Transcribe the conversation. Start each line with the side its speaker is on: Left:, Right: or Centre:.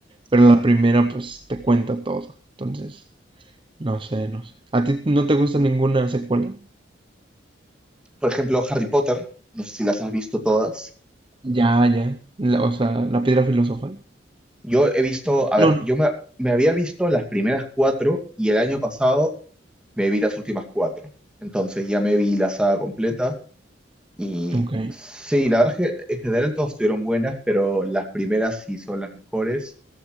Right: pero la primera pues te cuenta todo. Entonces, no sé, no sé. ¿A ti no te gusta ninguna secuela?
Centre: Por ejemplo, Harry Potter, no sé si las has visto todas.
Right: Ya, ya. La- o sea, la piedra filosofal.
Centre: Yo he visto, a ver,
Right: No,
Centre: yo me, me había visto las primeras cuatro y el año pasado me vi las últimas cuatro. Entonces ya me vi la saga completa y
Right: no. Ok.
Centre: sí, la verdad es que en general todas estuvieron buenas, pero las primeras sí son las mejores.